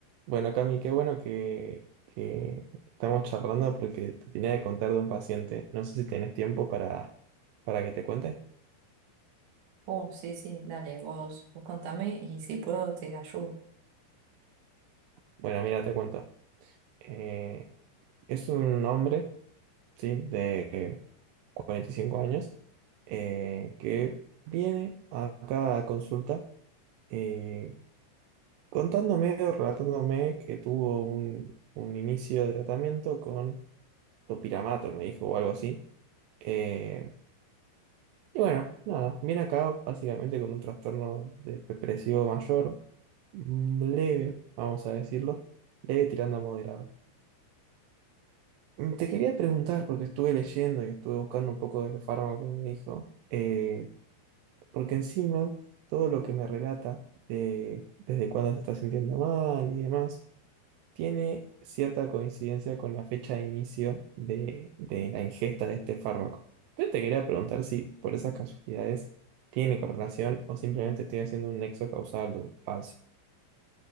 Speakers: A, on the right; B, on the right.
A: Bueno, Cami, qué bueno que, que estamos charlando porque te tenía que contar de un paciente. No sé si tenés tiempo para, para que te cuente.
B: Uh, sí, sí, dale, vos, vos contame y si puedo te ayudo.
A: Bueno, mira, te cuento. Eh, es un hombre, ¿sí? De 45 años eh, que viene acá a consulta eh, contándome o relatándome que tuvo un, un inicio de tratamiento con topiramato, me dijo, o algo así. Eh, Y bueno, nada, viene acá básicamente con un trastorno de- depresivo mayor, mm, leve, vamos a decirlo, leve tirando a moderado. Mm, Te quería preguntar, porque estuve leyendo y estuve buscando un poco del fármaco que me dijo, eh, porque encima todo lo que me relata de desde cuándo se está sintiendo mal y demás tiene cierta coincidencia con la fecha de inicio de, de la ingesta de este fármaco. Yo te quería preguntar si por esas casualidades tiene correlación o simplemente estoy haciendo un nexo causal falso.